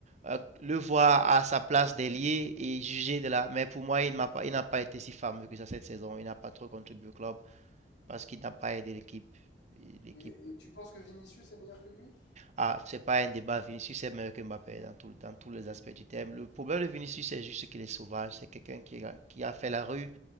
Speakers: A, on the right (about 40°); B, on the left (about 75°).
A: euh, le voir à sa place d'ailier et juger de là. Mais pour moi, il n'a pas, pas été si fameux que ça cette saison. Il n'a pas trop contribué au club parce qu'il n'a pas aidé l'équipe. L'équipe
B: Et, et tu penses que Vinicius est meilleur que lui?
A: ah, c'est pas un débat. Vinicius est meilleur que Mbappé dans tout- dans tous les aspects du thème. Le problème de Vinicius, c'est juste qu'il est sauvage. C'est quelqu'un qui, a- qui a fait la rue.